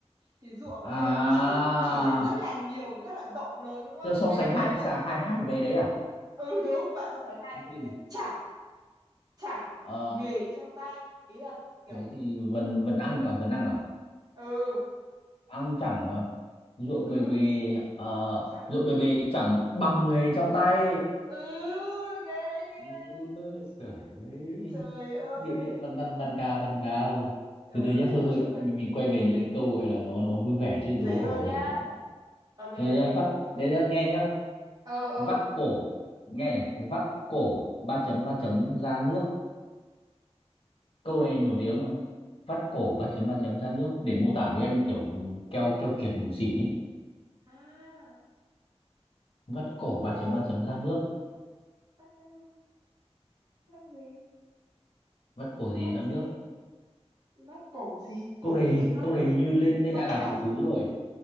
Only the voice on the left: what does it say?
à
Tiêu so
sánh
hai
xà
hai hai về đấy à
Thế
thì
ờ
thế thì vần vần ăn à vần ăn à
Ăn chẳng mà ruộng
bề bề ờ,
ruộng bề bề chẳng bằng nghề trong tay
Ừ,
Trời ơi
bịa bịa văn văn văn cao văn cao
từ từ
nhá thôi
thôi
mình
mình quay về
những
cái câu gọi là nó nó vui vẻ chứ
đố
kiểu vừa
rồi hạnh
rồi nhá, vắt đấy nhá, nghe nhá
vắt cổ nghe nhỉ vắt cổ
ba chấm ba chấm ra nước câu này nổi tiếng mà vắt cổ ba chấm ba chấm ra nước để mô tả mấy anh kiểu keo keo kiệt bủn xỉn ấy
vắt
cổ ba
chấm ba chấm
ra
nước
vắt cổ gì
ra
nước
câu này
hình
câu
này hình như lên lên
ai
là triệu phú rồi